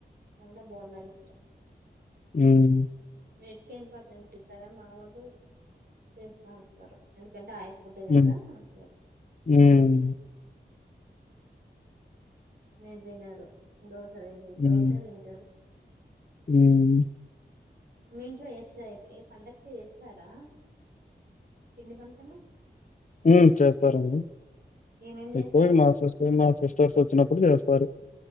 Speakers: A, on the right; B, on the left.
A: నందా బోండా ఇష్టం
B: హ్మ్
A: వేటికే ఇంపార్టెన్స్ ఇత్తరా మా వాళ్ళు తెస్తా ఉంటారు ఎందుకంటే ఆ
B: హ్మ్.
A: ఉంటుకదా
B: హ్మ్
A: విల్ తినారు దోస్ సరే నేన్
B: హ్మ్.
A: దోసే తింటాను
B: హ్మ్
A: మీ ఇంట్లో ఏస ఏ పండగ ఏస్తారా పిండి వంటలు
B: హ్మ్ చేస్తారండి
A: ఏమేమి చేశారు
B: ఎక్కువమా సిస్టర్ మా సిస్టర్స్ వచ్చినప్పుడు చేస్తారు ప్ప <unintelligible>